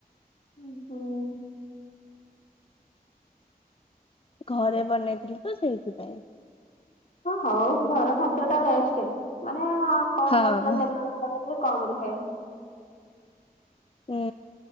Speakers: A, on the left; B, on the left.
A: ହୁଁ ହୁଁ।
B: ଘରେ ବନେଇଥିଲି ତ ସେଇଥିପାଇଁ।
A: ହ ହଉ ଘର ଖାଦ୍ୟ ଟା ବେଷ୍ଟ ମାନେ କମ
B: ହଁ।
A: ମସଲା <unintelligible> <unintelligible> ଟିକେ କମ ରୁହେ।
B: ହୁଁ